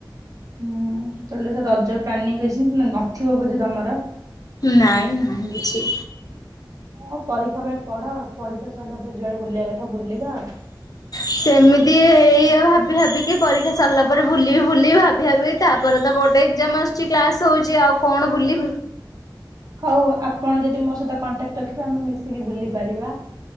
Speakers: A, on the right; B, on the left.
A: ହୁଁ ତାହେଲେ ତ ରଜ ପ୍ଲାନିଂ କରିଛନ୍ତି ନଥିବ ବୋଧେ ତମର
B: ନାଇଁ ନାାଇ କିଛି
A: ହଁ ପରୀକ୍ଷା ପାଇଁ ପଢ ପରୀକ୍ଷା ସହିତ ଜଳେେ ବୁଲିବା କଥା ବୁଲିବା ଆଉ।
B: ସେମିତି ଏଇଆଉ ଭାବ ଭି ଭାବିକି ପରୀକ୍ଷା ସରିଲା ପରେ ବୁଲିବି ବୁଲି ଭାବି ଭାବି ତାପରେ ତ ବୋଟେ ଏଜାମ ଆସୁଛି କ୍ଲାସ ହଉଛି ଆଉ କଣ ବୁଲ?
A: ହଉ ଆପଣ ଯଦି ମୋ ସହିତ କଣ୍ଟାକ୍ଟ ରଖିବେ ଆମେ ମିଶିକି ବୁଲି ପାରିବା